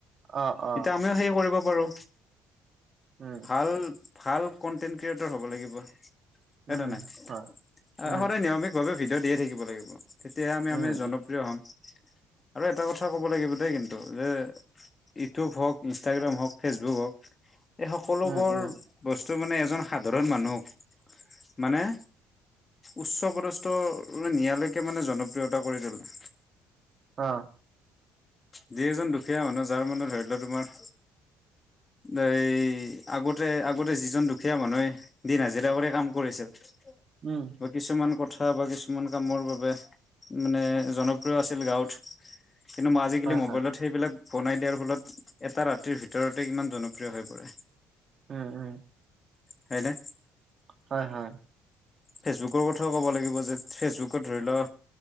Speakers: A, on the right; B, on the left.
A: অ', অ'।
B: এতিয়া আমিও সেই কৰিব পাৰো।
A: উম
B: ভাল ভাল কন্টেন্ট ক্ৰিয়েটৰ হ'ব লাগিব। সেইটো
A: উম
B: নাই
A: হয় উম
B: আৰু সদায় নিয়মিতভাৱে ভিডিঅ' দিয়ে থাকিব লাগিব। তেতিয়াহে আমি
A: উম
B: আমি জনপ্ৰিয় হ'ম আৰু এটা কথা ক'ব লাগিব দেই কিন্তু যে ইউটিউব হওক, ইনষ্টাগ্ৰাম হওক, ফেচবুক হওক এই সকলোবোৰ
A: উম উম উম
B: বস্তু মানে এজন সাধাৰণ মানুহক মানে উচ্চ পদস্থ নিয়ালৈকে মানে জনপ্ৰিয়তা কৰি তোলে।
A: অ'।
B: যি এজন দুখীয়া মানুহ যাৰ মনত ধৰি লোৱা তোমাৰ এই আগতে আগতে যিজন দুখীয়া মানুহে দিন হাজিৰা গাঁৱৰে কাম কৰিছিল।
A: উম।
B: বা কিছুমান কথা বা কিছুমান কামৰ বাবে মানে জনপ্ৰিয় আছিল গাঁৱত। কিন্তু মই আজিকালি
A: হয়
B: মোবাইলত
A: হয়
B: সেইবিলাক বনাই দিয়াৰ ফলত এটা ৰাতিৰ ভিতৰতে ইমান জনপ্ৰিয় হৈ পৰে।
A: উম উম।
B: হয় এনে
A: হয় হয়।
B: ফেচবুকত কথাও ক'ব লাগিব যে ফেচবুকত ধৰি লও